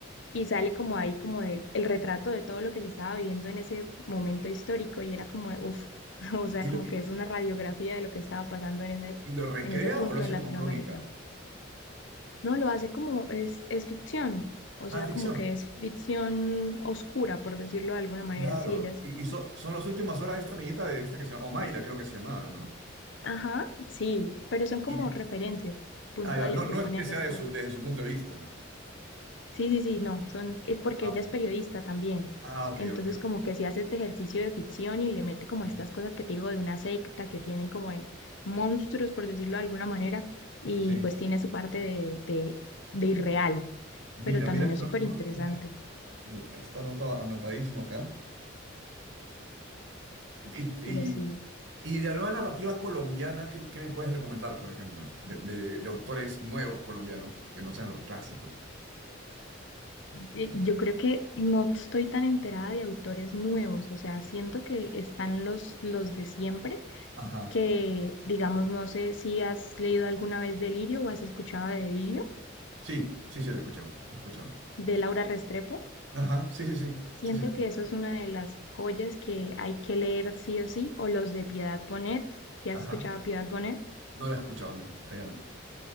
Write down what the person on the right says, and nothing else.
¿Y
lo, y,
y lo recrea
o lo hace
como crónica?
Ah, ficción.
Claro.
Y, y so- son las últimas horas de esta niñita de esta que se llama, Omaira, creo que se llamaba, ¿no?
Y,
ah, ya, No, no
es que
sea de
su, desde su punto de vista.
Ah,
ok,
ah, ok,
ok. ok.
Sí.
Sí,
mira,
mira que
no,
no
la tenía, está anota- anotadísimo acá. Y, y, y-
y de la nueva narrativa colombiana, ¿qué, qué me puedes recomendar, por ejemplo? De, de- de autores nuevos colombianos, que no sean los clásicos.
Ajá.
Sí, sí, sí, la he escuchado, la he escuchado.
Ajá, sí, sí, sí,
sí, sí.
Ajá.
No la he escuchado, no, allá no.